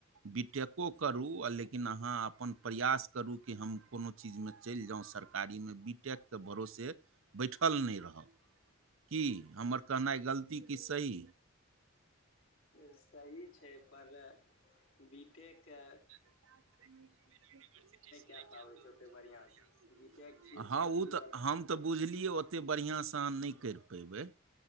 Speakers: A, on the right (about 70°); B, on the left (about 75°).
A: बीटेको करू, आ लेकिन अहाँ अपन प्रयास करू कि हम कुनो चीजमे चलि जाउ सरकारीमे, बीटेकके भरोसे बैठल नहि रहब। कि हमर कहनाइ गलती कि सही?
B: सही छैय, पर बीटेकके
A: <unintelligible>
B: कए पाबै छै ओते बढ़ियां से बी टेक छियै
A: हाँ
B: पर अथी
A: ओ तऽ
B: वाला
A: हम तऽ बुझलियै ओतेक बढ़िआँसँ अहाँ नहि करि पयबै,